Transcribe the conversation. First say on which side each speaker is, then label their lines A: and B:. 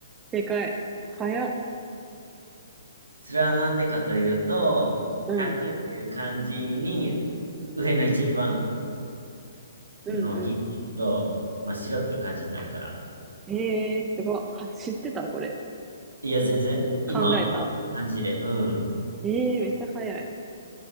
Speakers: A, on the right; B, on the right.
A: 正解。早っ。
B: それはなんでかというと、
A: うん、
B: 100っていう漢字に、上の一番
A: うん、
B: の日と、
A: う
B: まあ、白っていう漢字になるから。
A: ん。えー、すごい。は、知ってたこれ。
B: いや、全然。今、
A: 考えた
B: 漢字で。うん。
A: えーめっちゃ早い。